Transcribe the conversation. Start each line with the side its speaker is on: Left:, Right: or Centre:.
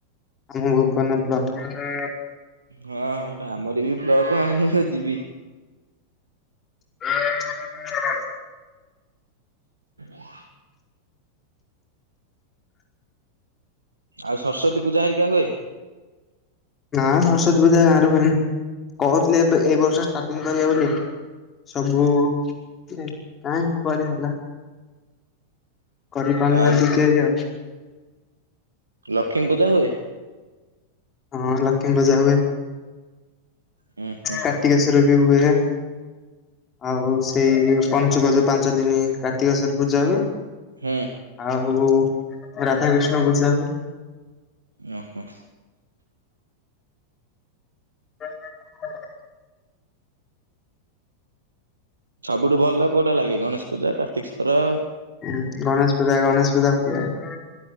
Left: ଆମ ଭୁବନ ବ୍ଲକ କୁ।
Right: ହଁ ସେଇଟା ଆମର ବି ବ୍ଲକ ଆ ମୁ କଁ ଯିବି।
Left: ହ
Right: ହ ଆଉ ସରସ୍ଵତୀ ପୂଜା ହରିକା ହୁଏ।
Left: ନା ସରସ୍ଵତୀ ପୂଜା ଗାଁରୁ ହୁଏନି କହୁଥିଲେ ଏବେ ଏଇ ବର୍ଷ। ଷ୍ଟାର୍ଟିଙ୍ଗ କରିବେ ବୋଲି ସବୁ କାହିଁ କୁଆଡେ ହେଲା। କରିପାରୁ
Right: ଆଉ
Left: ନାହାନ୍ତି କେହି ଆଉ।
Right: ଲକ୍ଷ୍ମୀ ପୂଜା ହୁଏ।
Left: ହଁ ଲକ୍ଷ୍ମୀ ପୂଜା ହୁଏ
Right: ହୁଁ ହୁଁ
Left: କାର୍ତ୍ତିିକେଶ୍ଵର ବି ହୁଏ। ଆଉ ସେଇ ପଞ୍ଚୁକ ଯୋଉ ପାଞ୍ଚ ଦିନ କାର୍ତ୍ତିକସରେ ପୂଜା ହୁଏ।
Right: ହୁଁ।
Left: ଆଉ ରାଧାକୃଷ୍ଣ ପୂଜା ହୁଏ।
Right: ଉଁ ହୁଁ।
Left: ହ
Right: ସବୁଠୁ ଭଲ କୋଉଟା ଲାଗେ ଗଣେଶ ପୂଜା କାର୍ତ୍ତିକ ସ୍ଵୋର।
Left: ହୁଁ ଗଣେଶ ପୂଜା ଗଣେଶ ପୂଜା ଭଲ ଲାଗେ।